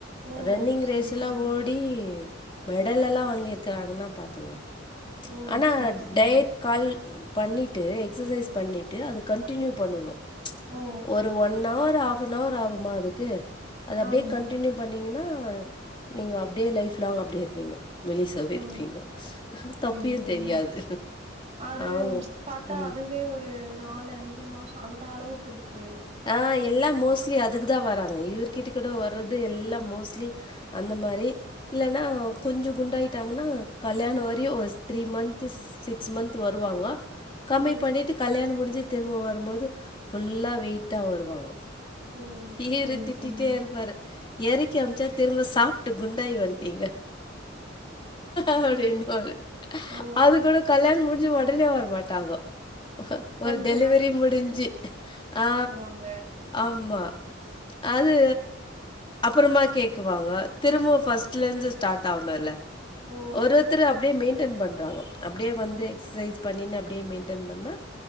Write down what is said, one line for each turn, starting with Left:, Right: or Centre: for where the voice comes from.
Right: ஓ
Left: ரன்னிங்
Right: செரி
Left: ரேஸ்ஸெலா
Right: செரிங்க
Left: ஓடி மெடலெல்லா வாங்கியிருக்குறாங்னா பாத்துக்கங்க
Right: ஓ
Left: ஆனா
Right: செரி செரிங்க
Left: டயட் கல் பண்ணிட்டு எக்ஸசைஸ் பண்ணிட்டு அது கன்டினியூ பண்ணணு ம்ச்
Right: ஓ
Left: ஒரு ஒன் அவர் ஹாப்னவர் ஆகுமா அதுக்கு அது அப்டியே
Right: ஆமா
Left: கண்டினியூ பண்ணீங்கன்னா நீங்க அப்டியே லைப் லாங் அப்டியே இருப்பீங்க மெலிசாவே
Right: ஓ
Left: இருப்பீங்க தொப்பயு
Right: செரி செரிங்க
Left: தெரியாது
Right: அது
Left: ஆமா.
Right: பாத்தா
Left: ம்.
Right: அதுவே ஒரு நாலு அஞ்சு மாசொ அந்த அளவுக்கு இருக்கு
Left: ஆ எல்லா மோஸ்ட்லி அதுக்கு தா வராங்க இவரு கிட்ட கூடி வர்றது எல்லா மோஸ்ட்லி அந்த மாரி இல்லன்னா கொஞ்ச குண்டாயிட்டாங்னா கல்யாண வரையு ஒரு த்ரீ மந்த்து சிக்ஸ் மந்த் வருவாங்கொ கம்மி
Right: ஓ
Left: பண்ணிட்டு கல்யாணம் முடிஞ்சு திரும்ப வரும்போது ஃபுல்லா வெயிட்டா வருவாங்க
Right: ஓ
Left: இவ்ரு
Right: செரி
Left: திட்டிட்டே
Right: செரிங்க
Left: இருப்பாரு எறக்கி அம்ச்சா திரும்ப சாப்ட்டு குண்டாயி வன்ட்டீங்க அப்டின்னுவாரு
Right: ஓ!
Left: அது கூட கல்யாணம் முடிஞ்சு உடனே வரமாட்டாங்கோ
Right: கொஞ்ச
Left: ஒரு டெலிவரி முடிஞ்சு ஆ
Right: உங்க
Left: ஆமா அது அப்பறமா கேக்குவாங்க திரும்பவு ஃபர்ஸ்ட்ல இருந்து ஸ்டார்ட் ஆவணுல்ல
Right: ஓ!
Left: ஒருத்தொரு அப்டியே மெயின்டென் பண்றாங்கோ அப்டியே வந்து
Right: ஓகே,
Left: எக்ஸசைஸ்
Right: ஓகே.
Left: பண்ணின்னு அப்டியே மெயின்டன் பண்ணா